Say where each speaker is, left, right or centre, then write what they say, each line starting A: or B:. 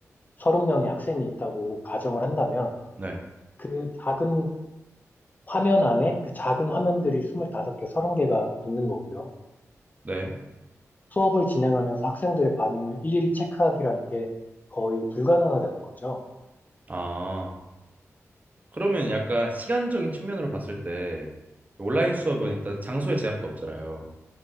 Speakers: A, on the left (about 30°); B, on the right (about 30°).
A: 30명의 학생이 있다고 가정을 한다면
B: 네,
A: 그 작은 화면 안에 그 작은 화면들이 25개, 30개가 있는 거고요.
B: 네.
A: 수업을 진행하면서 학생들의 반응을 일일이 체크하기라는 게 거의 불가능하다는 거죠.
B: 아. 그러면 약간 시간적인 측면으로 봤을 때 온라인 수업은
A: 네.
B: 일단 장소의 제약도 없잖아요.